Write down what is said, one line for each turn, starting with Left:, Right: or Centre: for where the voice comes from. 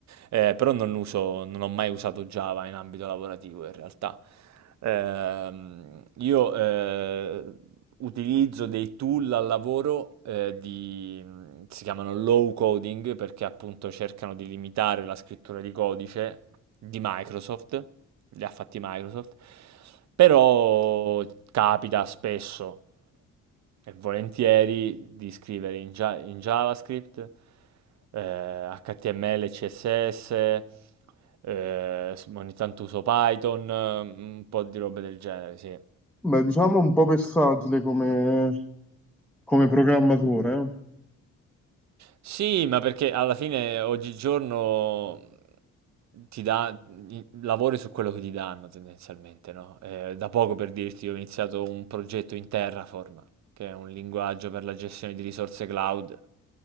Right: eh, però non uso, non ho mai usato Java in ambito lavorativo in realtà. Ehm, io eh, utilizzo dei tool al lavoro eh, di, si chiamano low coding perché appunto cercano di limitare la scrittura di codice di Microsoft, li ha fatti Microsoft, però capita spesso e volentieri di scrivere in Gia in JavaScript, ehm, HTML, CSS, ehm, s S, eh, ogni tanto uso Python, eh, un po' di robe del genere, sì.
Centre: Beh, diciamo un po' versatile come programmatore, eh?
Right: Sì, ma perché alla fine oggigiorno mhmm, ti dà i lavori su quello che ti danno tendenzialmente, no, ehm, da poco per dirti ho iniziato un progetto in Terraform. che è un linguaggio per la gestione di risorse cloud.